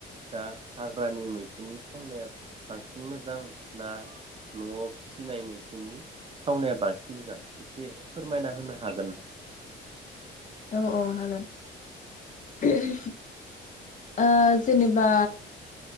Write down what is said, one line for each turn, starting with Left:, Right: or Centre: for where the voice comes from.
Right: दा हाग्रानि मैखुननि थावनाया बांसिन मोजां ना न'आव फिसिनाय मैखुननि थावनाया बांसिन मोजां इसे फोरमायना होनो हागोन।
Left: औ औ हागोन। <unintelligible> ओ जेनेबा